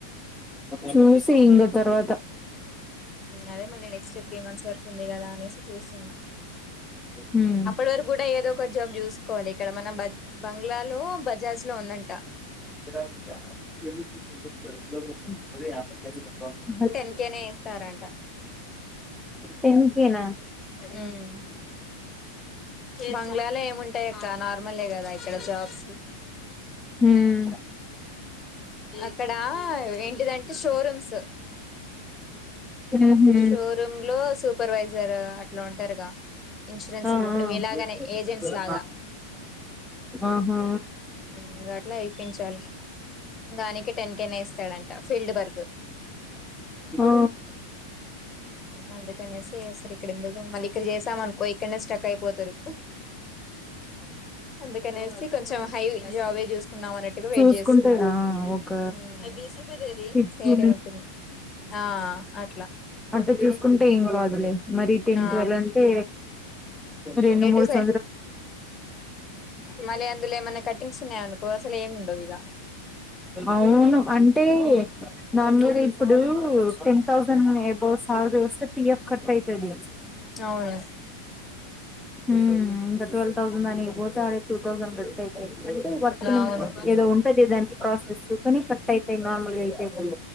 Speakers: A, in the centre; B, on the left.
A: చూసి ఇంక తర్వాత
B: అదే నీ నెక్స్ట్ త్రీ మంత్స్ దొరుకుతుంది కదా అనేసి చూస్తున్నాం
A: హ్మ్
B: అప్పటి వరకు కూడా ఏదో కొంచెం చూసుకోవాలి ఇక్కడ మన బ బంగ్లాలో బజాజ్ లో ఉందంట
A: <unintelligible>
B: ఊకేనే ఇస్తారంట
A: టెన్ కేనా
B: హ్మ్మ్ బంగ్లాలో ఏముంటాయి అక్క నార్మలే కదా ఇక్కడ జాబ్స్
A: హ్మ్మ్
B: అక్కడ ఏంటిదంటే షోరూమ్స్
A: ఊహూ
B: షోరూమ్ లో సూపర్వైజర్ అట్లా ఉంటారుగా ఇన్సూరెన్స్
A: ఆ ఆ
B: ఇప్పుడు మీలాగనే ఏజెంట్స్ లాగా
A: ఆహా
B: ఇంకా అట్లా ఇప్పించాలి దానికి టెన్ కె నే ఇస్తాడంట ఫీల్డ్ వర్క్
A: ఆ
B: అందుకనేసీ ఇక్కడ ఎందుకు మళ్ళీ ఇక్కడ చేసాం అనుకో ఇక్కడనే స్టక్ అయిపోతారు అందుకని కొంచెం హైవి జావే చూసుకుందాం అన్నట్టుగా వెయిట్
A: చూసుకుంటే
B: చేస్తున్న
A: ఆ ఒక
B: హ్మ్మ్
A: ఫిఫ్టీన్
B: వేరే ఉంటుంది ఆ అట్లా
A: అంటే చూసుకుంటే ఏం కాదులే మరి టెన్
B: ఆ
A: టువెల్ అంటే రెండు
B: ఎటు
A: మూడు స
B: మళ్ళీ అందులో ఏమైనా కట్టింగ్స్ ఉన్నాయి అనుకో అసలు ఏమి ఉండవు ఇక
A: అవును అంటే ద మీద ఇప్పుడు టెన్ థౌసండ్ అబవ్ శాలరీ వస్తే పిఎఫ్ కట్ అవుతది.
B: అవున
A: హ్మ్మ్ ఇంకా ట్వల్వ్ థౌసండ్ దానికి పోతే ఆడ టూ థౌసండ్ కట్ట అయితది. అంటే వర్క్
B: అవును
A: ని ఏదో ఉంటది దానికి ప్రాసెస్ కానీ కట్ అయితాయి నార్మల్ గా అయితాయి.